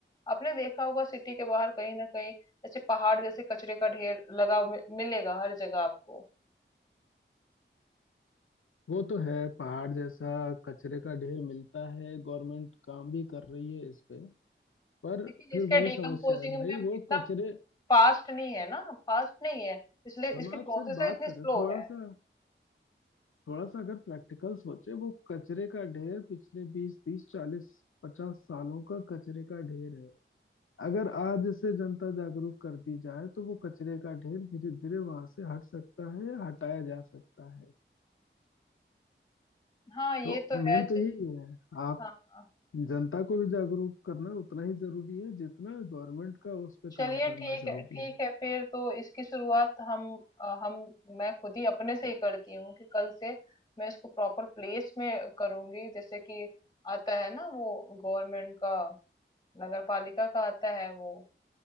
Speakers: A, on the left (about 20°); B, on the left (about 80°).
A: आपने देखा होगा सिटी के बाहर कहीं न कहीं ऐसे पहाड़ जैसे कचरे का ढेर लगा मि- मिलेगा हर जगह आपको
B: वो तो है पहाड़ जैसा कचरे का ढेर मिलता है गवर्नमेंट काम भी कर रही है इस पे पर
A: लेकिन
B: फिर
A: इसके
B: वही
A: डिकम्पोजिंग
B: समस्या है भाई
A: में
B: वो
A: इतना
B: कचरे
A: फास्ट नहीं है ना फास्ट नहीं है इसलिए
B: हम
A: इसकी
B: आप
A: प्रोसेस
B: सिर्फ बात
A: इतनी
B: कर
A: स्लो
B: रहे हैं थोड़ा
A: है
B: सा थोड़ा सा अगर प्रैक्टिकल सोचे वो कचरे का ढेर पिछले बीस तीस चालीस पचास सालों का कचरे का ढेर है अगर आज से जनता जागरूक कर दी जाए तो वो कचरे का ढेर धीरे धीरे वहां से हट सकता है या हटाया जा सकता है
A: हाँ ये
B: तो
A: तो
B: मेन
A: है
B: तो
A: च-
B: यही है आप
A: हाँ
B: जनता को भी जागरूक करना उतना ही जरूरी है जितना गवर्नमेंट का उस पर
A: चलिए
B: काम करना
A: ठीक
B: जरूरी
A: है ठीक
B: है
A: है फिर तो इसकी शुरुआत हम अ, हम मैं खुद ही अपने से ही करती हूँ कि कल से मैं इसको प्रॉपर प्लेस में करूंगी जैसे कि आता है ना वो गवर्नमेंट का नगर पालिका का आता है वो